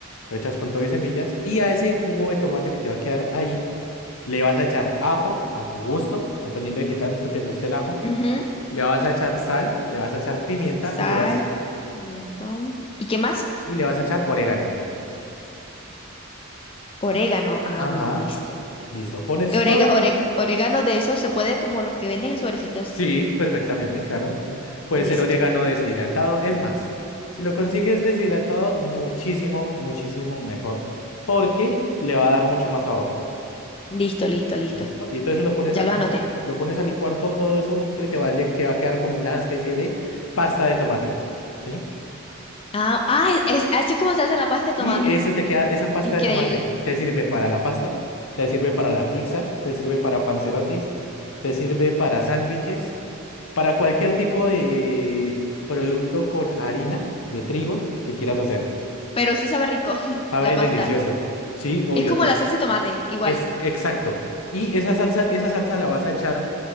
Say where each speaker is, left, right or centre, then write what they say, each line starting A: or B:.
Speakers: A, on the left (about 75°); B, on the left (about 25°).
A: Lo echas con todo y semillas. Y a ese jugo de tomate que te va a quedar ahí, le vas a echar ajo a tu gusto, dependiendo de qué tanto te guste el ajo.
B: Ujú.
A: Le vas a echar sal, le vas a echar pimienta
B: Sal,
A: y le vas,
B: pimentón. ¿Y qué más?
A: y le vas a echar orégano.
B: Orégano. Ah,
A: Ajá.
B: bueno, listo.
A: Listo. Pones
B: Orega,
A: todo,
B: orega- orégano de esos se puede como los que venden en sobrecitos.
A: Sí, perfectamente, claro. Puede
B: Listo,
A: ser orégano deshidratado. Es más, si lo consigues deshidratado, muchísimo, muchísimo mejor, porque le va a dar mucho más sabor.
B: listo, listo, listo.
A: ¿Listo? Y todo eso lo pones
B: Ya
A: a
B: lo
A: licuar.
B: anoté.
A: Lo pones a licuar todo, todo eso junto y te va a, lle- te va a quedar como una especie de pasta de tomate. ¿Sí?
B: Ah, ah, es, es así como se hace la pasta de
A: Y
B: tomate.
A: eso te queda, esa pasta
B: Increíble.
A: de tomate te sirve para la pasta, te sirve para la pizza, te sirve para panzerotis, te sirve para sándwiches. para cualquier tipo de producto con harina de trigo que quieras hacer.
B: Pero sí sabe rico <laughs>
A: Sabe
B: la pasta.
A: delicioso. Sí, obvio.
B: Es como la salsa de tomate, igual.
A: Es exacto. Y esa salsa, esa salsa la vas a echar